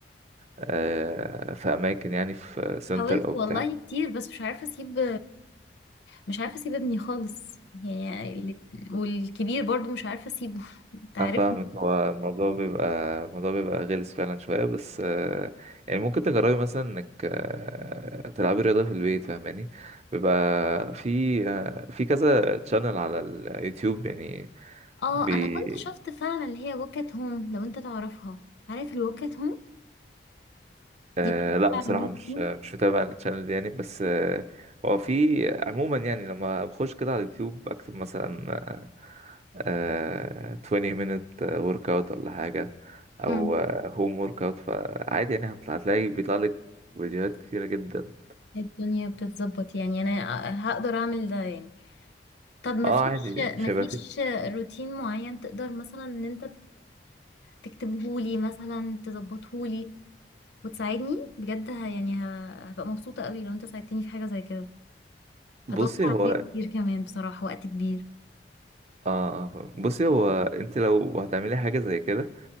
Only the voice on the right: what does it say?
آه، في اماكن يعني في سنتر
او
بتاع
انا فاهم إن هو الموضوع بيبقى الموضوع بيبقى غلس فعلا شويه بس آه، يعني ممكن تجربي مثلا انك آه، تلعبي رياضه في البيت فاهماني بيبقى في آه، في كذا تشانل على اليوتيوب يعني
بي
آه،
لا بصراحه
مش مش متابع التشانل دي يعني بس آه، هو في عموما يعني لما بخش كده على اليوتيوب اكتب مثلا آه 20 minute work out ولا حاجة أو
آه home work out فعادي يعني هتلا- هتلاقي بيطلع لك فيديوهات كتيرة جدا
اه
عادي مش
هيبقى فيه
بصي
هو
اه آه، فاهم. بصي هو انت لو هتعملي حاجة زي كده